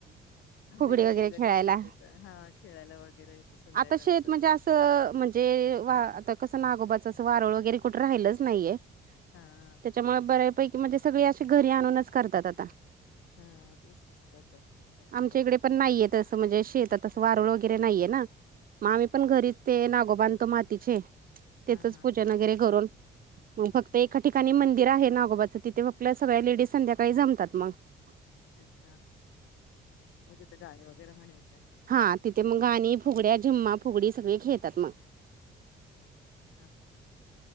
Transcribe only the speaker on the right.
फुगडी
वगैरे
खेळायला
आता शेत म्हणजे असं म्हणजे वा आता कसं नागोबाच अस वारूळ वगैरे कुठे राहिलच नाहीये
त्याच्यामुळे बऱ्यापैकी म्हणजे सगळे अशे घरी आणूनच करतात आता.
आमच्या
इकडे
पण नाहीय तसं म्हणजे शेतातस वारळ वगैरे नाहीये ना. म आम्ही पण घरीच ते नागोबांधतो मातीचे
तेचच
पूजन
वगैरे घरून मग फक्त एका ठिकाणी मंदिर आहे नागोबाचं तिथे आपल्या सगळ्या लेडीज संध्याकाळी जमतात मग. ह <inaudible>
हा तिथे मग गाणी फुगड्या जिम्मा फुगडी सगळे खेळतात मग.